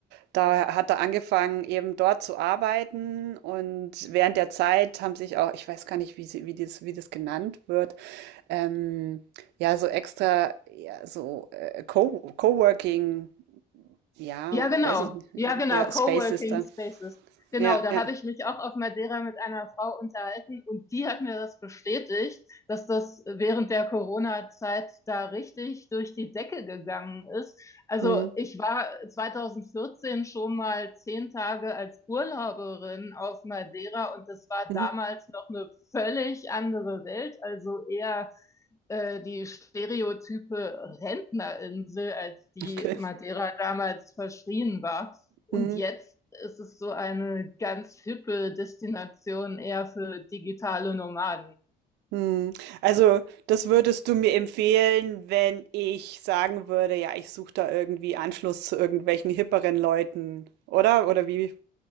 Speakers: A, on the right; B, on the left.
A: Da hat er angefangen, eben dort zu arbeiten und während der Zeit haben sich auch, ich weiß gar nicht, wie, sie, wie das, wie das genannt wird, ähm, ja, so extra, ja, so äh, Co Coworking, ja,
B: Ja, genau.
A: weiß ich nicht,
B: Ja, genau.
A: ja,
B: Coworking
A: Spaces da,
B: Spaces. Genau,
A: ja,
B: da
A: ja.
B: habe ich mich auch auf Madeira mit einer Frau unterhalten und die hat mir das bestätigt, dass das während der Corona-Zeit da richtig durch die Decke gegangen ist. Also
A: Hm.
B: ich war 2014 schon mal zehn Tage als Urlauberin auf Madeira und das war
A: Mhm.
B: damals noch eine völlig andere Welt, also eher äh, die stereotype Rentnerinsel, als die
A: Okay.
B: Madeira damals verschrien war. Und
A: Mhm.
B: jetzt ist es so eine ganz hippe Destination eher für digitale Nomaden.
A: Mhm. Also, das würdest du mir empfehlen, wenn ich sagen würde, ja, ich suche da irgendwie Anschluss zu irgendwelchen hipperen Leuten, oder? Oder wie?